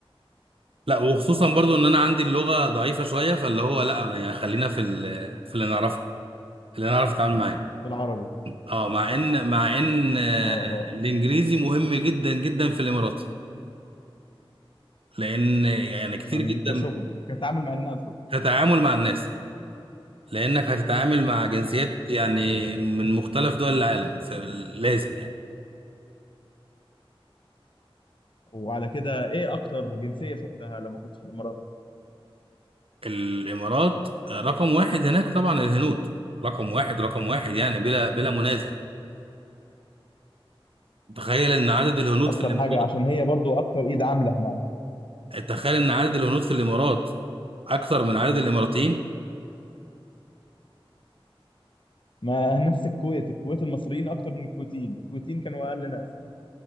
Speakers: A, on the right; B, on the left.
A: لا وخصوصا برضو ان انا عندي اللغه ضعيفه شويه فاللي هو لا انا يعني خلينا في ال... في اللي نعرفه اللي نعرف نتعامل معاه
B: في العربي
A: اه مع ان مع ان آه،
B: اه اه
A: الانجليزي مهم جدا جدا في الامارات لان يعني كتير
B: عشان
A: جدا
B: كشغل وكتعامل مع الناس
A: كتعامل مع الناس لانك هتتعامل مع جنسيات يعني من مختلف دول العالم فلازم يعني
B: وعلى كده ايه اكتر جنسية شفتها لما كنت في الامارات
A: الامارات رقم واحد هناك طبعا الهنود رقم واحد رقم واحد يعني بلا بلا منازع تخيل ان عدد الهنود
B: اكتر
A: في الامارات
B: حاجة عشان هي برضو اكتر ايد عاملة هناك
A: تخيل ان عدد الهنود في الامارات اكثر من عدد الاماراتيين
B: ما نفس الكويت الكويت المصريين اكتر من الكويتيين الكويتيين كانوا اقل ناس